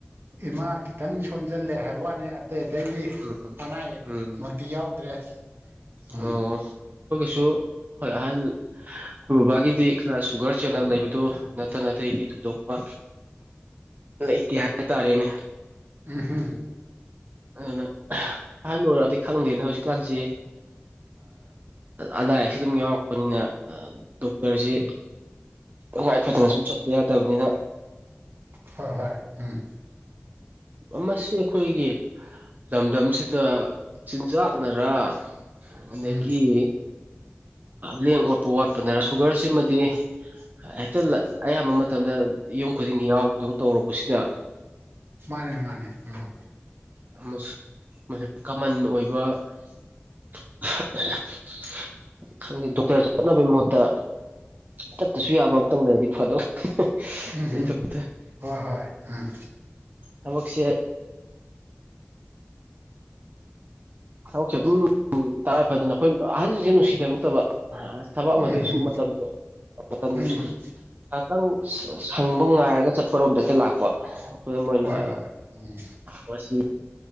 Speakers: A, on the right; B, on the right.
A: ꯏꯃꯥ ꯈꯤꯇꯪ ꯁꯣꯟꯖꯜꯂꯦ ꯍꯥꯏꯕ ꯋꯥꯅꯤ ꯑꯇꯩ ꯑꯇꯩꯗꯤ
B: ꯎꯝ
A: ꯑꯅꯥ ꯑꯌꯦꯛ
B: ꯎꯝ
A: ꯤ ꯌꯥꯎꯗ꯭ꯔꯦ ꯎꯝ
B: ꯑꯣ ꯑꯩꯈꯣꯏꯒꯤꯁꯨ ꯍꯣꯏ ꯑꯍꯜ ꯑꯩꯈꯣꯏ ꯕꯕꯥꯒꯤꯗꯤ ꯈꯔ ꯁꯨꯒꯔ ꯆꯦꯅꯕ ꯂꯩꯕꯗꯨ ꯅꯠꯇꯅ ꯑꯇꯩꯗꯤ ꯊꯣꯏꯗꯣꯛꯄ ꯂꯩꯇꯦ ꯍꯥꯏꯇꯥꯔꯦꯅꯦ
A: ꯎ ꯍ
B: ꯑꯗꯨꯅ ꯑꯍꯜ ꯑꯣꯏꯔꯛꯑꯗꯤ ꯈꯪꯗꯦꯅꯦ ꯍꯧꯖꯤꯛꯀꯥꯟꯁꯤ ꯑꯅꯥ ꯑꯌꯦꯛꯁ ꯑꯗꯨꯝ ꯌꯥꯎꯔꯛꯄꯅꯤꯅ ꯗꯣꯛꯇꯔꯁꯤ ꯅꯨꯡꯉꯥꯏꯐꯗꯅ ꯁꯨꯝ ꯆꯠꯄ ꯌꯥꯗꯕꯅꯤꯅ
A: ꯍꯣꯏ ꯍꯣꯏ ꯎꯝ
B: ꯎꯝ ꯃꯁꯤ ꯑꯩꯈꯣꯏꯒꯤ ꯂꯝꯗꯝꯁꯤꯗ ꯆꯤꯟꯖꯥꯛꯅꯔꯥ ꯑꯗꯒꯤ
A: ꯎꯝ
B: ꯂꯦꯡ ꯑꯣꯠꯄ ꯋꯥꯠꯄꯗꯅ ꯁꯨꯒꯔꯁꯤꯃꯗꯤ ꯍꯦꯛꯇ ꯑꯌꯥꯝꯕ ꯃꯇꯝꯗ ꯌꯨꯝ ꯈꯨꯗꯤꯡꯒꯤ ꯌꯥꯎꯕꯗꯧ ꯇꯧꯔꯨꯕꯁꯤꯗ
A: ꯃꯥꯅꯦ ꯃꯥꯅꯦ ꯎꯝ
B: ꯃꯁꯤ ꯀꯃꯟ ꯑꯣꯏꯕ <unintelligible> ꯈꯪꯗꯦ ꯗꯣꯛꯇꯔ ꯆꯠꯅꯕꯒꯤ ꯃꯍꯨꯠꯇ ꯇꯠꯇꯁꯨ ꯌꯥꯕ ꯑꯝꯇꯪ ꯂꯩꯔꯗꯤ ꯐꯗꯧ <unintelligible>
A: ꯎꯝꯍꯨꯝ ꯍꯣꯏ ꯍꯣꯏ ꯎꯝ
B: ꯊꯃꯁꯤ ꯊꯕꯛꯁꯦ ꯑꯗꯨꯝ ꯎꯝ ꯇꯉꯥꯏꯐꯗꯅ ꯑꯩꯈꯣꯏ ꯑꯍꯟꯖꯤꯡꯖꯦ ꯅꯨꯡꯁꯤꯗꯕ ꯅꯠꯇꯕ ꯑ ꯊꯕꯛ ꯑꯃꯗꯤ
A: ꯎꯝꯍꯨꯝ
B: ꯑꯁꯨꯨꯝ ꯃꯇꯝꯗꯣ ꯃꯇꯝ
A: ꯎꯝ
B: ꯉꯍꯥꯛꯇꯪ ꯁꯪ ꯁꯪꯕ ꯉꯥꯏꯔꯒ ꯆꯠꯄꯔꯣꯝꯗ ꯍꯦꯛꯇ ꯂꯥꯛꯄ ꯈꯨꯗꯝ ꯑꯣꯏꯅ
A: ꯍꯣꯏ
B: ꯑ
A: ꯍꯣꯏ ꯎꯝ
B: ꯉꯁꯤ